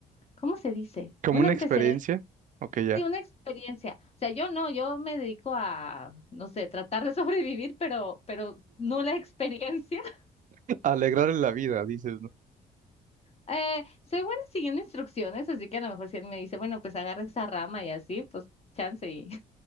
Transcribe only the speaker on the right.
Como
una
experiencia. Ok, ya.
<laughs> Alegrar la vida, dices, ¿no?